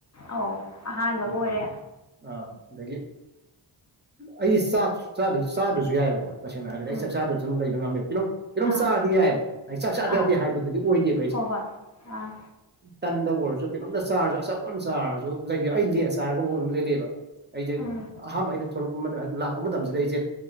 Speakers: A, on the left; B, on the right.
A: ꯑꯧ ꯑꯍꯥꯟꯕꯒ
B: ꯑꯗꯨ
A: ꯑꯣꯏꯔꯦ
B: ꯑꯥ ꯑꯗꯒꯤ ꯑꯩꯒꯤ ꯆꯥꯛ ꯆꯥꯗ ꯆꯥꯗꯨꯁꯨ ꯌꯥꯏꯑꯦꯕꯀꯣ ꯇꯁꯦꯡꯅ ꯍꯥꯏꯔꯒꯗꯤ
A: ꯎꯝ
B: ꯑꯩ ꯆꯥꯛ ꯆꯥꯗꯨꯁꯨ ꯑꯗꯨꯝ ꯂꯩꯕ ꯉꯝꯃꯦꯕ ꯀꯩꯅꯣ ꯀ
A: ꯑꯥ
B: ꯆꯥꯔꯗꯤ ꯌꯥꯏꯑꯦꯕ ꯑꯩ ꯆꯥꯛ ꯆꯥꯗ
A: ꯑꯥ
B: ꯌꯥꯗꯦ ꯍꯥꯏꯕꯗꯨꯗꯤ ꯑꯣꯏꯗꯦꯕ ꯑꯩꯁꯦ
A: ꯍꯣꯏ ꯍꯣꯏ ꯑꯥ
B: ꯇꯟꯗ ꯑꯣꯏꯔꯁꯨ ꯀꯩꯅꯣꯝꯇ ꯆꯥꯔꯁꯨ ꯑꯆꯥꯄꯣꯠ ꯑꯃ ꯆꯥꯔꯁꯨ ꯑꯩ ꯂꯦꯖ ꯆꯥꯔꯒꯕꯨ ꯑꯃ ꯂꯦꯜꯂꯦꯕ ꯑꯩꯁꯦ
A: ꯎꯝ
B: ꯑꯍꯥꯟꯕ ꯑꯩꯅ ꯊꯣꯛꯂꯛꯄ ꯃꯇꯝ ꯂꯥꯛꯄ ꯃꯇꯝꯖꯤꯗ ꯑꯩꯖꯦ